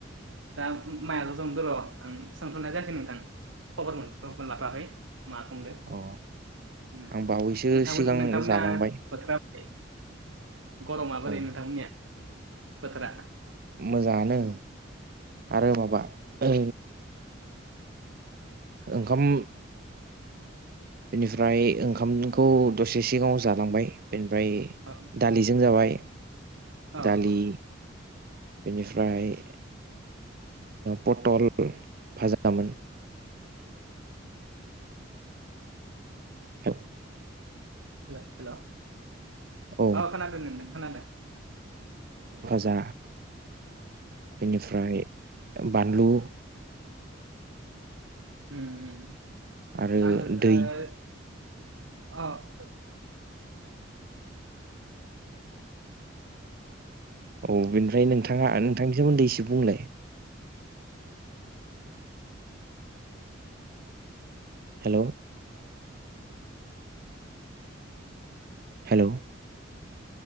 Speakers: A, on the right; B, on the right.
A: दा माइआल' जंदर' आं सोंथ'नाय जायाखै नोंथां खबरमोन खबरखौ लाफाखै मा संदो
B: अ
A: नोंथां
B: आं बावैसो सिगां
A: नोंथांमोना
B: जालांबाय
A: फोथोराब गरमा बोरै
B: औ
A: नोंथांमोननिया बोथोरा
B: मोजाङानो आरो माबा ओ ओंखाम बेनिफ्राय ओंखामखौ दसे सिगाङाव जालांबाय बेनिफ्राय
A: अ
B: दालिजों जाबाय
A: अ
B: दालि
A: अ
B: बेनिफ्राय पटल भाजामोन हल
A: हेल हेल' अ
B: औ
A: अ-अ खोनादों नों खोनादों
B: जा बेनिफ्राय बानलु
A: उम उम
B: आरो
A: <unintelligible>
B: दै
A: अ
B: औ बेनिफ्राय नोंथाङा नोंथांनि सोमोन्दै एसे बुंलाय हेल'
A: <unintelligible>
B: हेल'